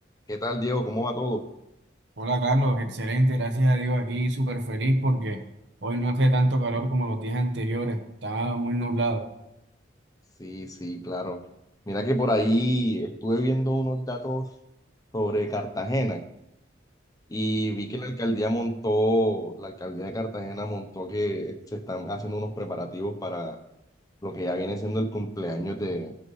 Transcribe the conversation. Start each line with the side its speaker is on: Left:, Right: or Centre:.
Left: ¿Qué tal, Diego? ¿Cómo va todo?
Right: Hola Carlos, excelente, gracias a Dios aquí súper feliz porque hoy no hace tanto calor como los días anteriores, estaba muy nublado.
Left: Sí, sí, claro. Mira que por ahí estuve viendo unos datos sobre Cartagena y vi que la alcaldía montó, la alcaldía de Cartagena montó que se están haciendo unos preparativos para lo que ya viene siendo el cumpleaños de,